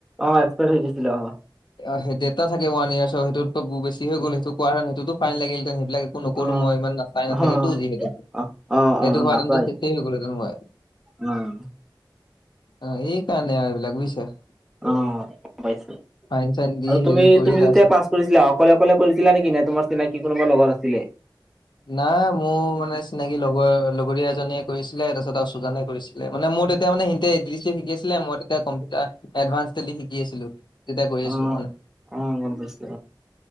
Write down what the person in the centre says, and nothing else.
অ', এক্সপাইৰ হৈ গৈছিলে অ'।
অ
অ
অ
অ
নাচাই
উম।
অ', গ'ম পাইছোঁ
আৰু তুমি
তুমি
যেতিয়া ক্লাছ কৰিছিলা অকলে অকলে কৰিছিলা নেকি, নাই তোমাৰ চিনাকি কোনোবা লগৰ আছিলে?
অ'।
অ' গম পাইছো